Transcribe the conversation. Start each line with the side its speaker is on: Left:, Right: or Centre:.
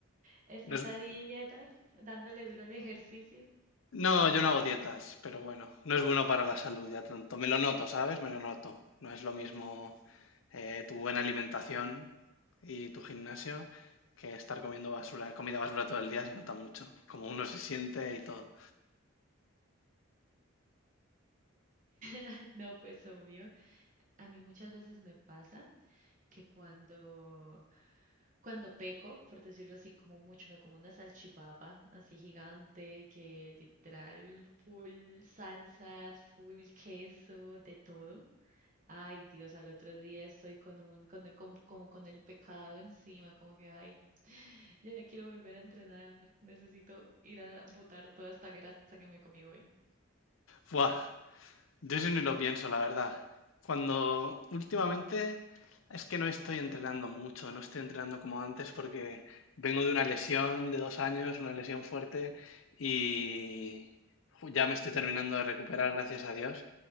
Right: ¿Estás
Left: no es-
Right: a dieta? ¿Dándole duro al ejercicio?
Left: no, yo no hago dietas, pero bueno, no es bueno para la salud ya tanto. Me lo noto, ¿sabes? Me lo noto. No es lo mismo eh, tu buena alimentación y tu gimnasio que estar comiendo basura, comida basura todo el día se nota mucho, como uno se siente y todo.
Right: <laughs> No, pues obvio. A mí muchas veces me pasa que cuando, cuando peco, por decirlo así, como mucho, me como una salchipapa así gigante, que literal full salsas, full queso, de todo. Ay, Dios, al otro día estoy con un, con, con- como con el pecado encima, como que, ay, Ya quiero volver a entrenar. Necesito ir a botar toda esta grasa que me comí hoy.
Left: ¡Fua! Yo sí ni lo pienso, la verdad. Cuando últimamente es que no estoy entrenando mucho, no estoy entrenando como antes porque vengo de una lesión de dos años, una lesión fuerte y ju- ya me estoy terminando de recuperar, gracias a Dios.